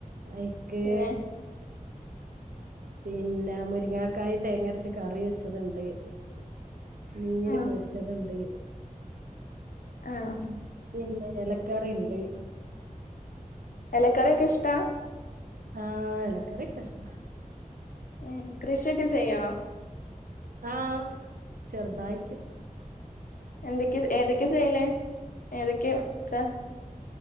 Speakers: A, on the right (about 80°); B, on the left (about 75°).
A: അയ്ക്ക്
B: പിന്നെ
A: പിന്നെ മുരിങ്ങാക്കായ് തേങ്ങരച്ച കറി വെച്ചത്ണ്ട്. മീന്
B: ആഹ്
A: പൊരിച്ചത്ണ്ട്.
B: ആ ഹ
A: പിന്നെ എലക്കറിണ്ട്.
B: എലക്കറി ഒക്കെ ഇഷ്ട?
A: ആഹ് എലക്കറി ഒക്കെ ഇഷ്ട.
B: ഏ കൃഷിയൊക്കെ ചെയ്യോ?
A: ആഹ് ചെറുതായിട്ട്.
B: എന്തൊക്കെ ചെ ഏതൊക്കെ ചെയ്യല് ഏതൊക്കെ ത്ത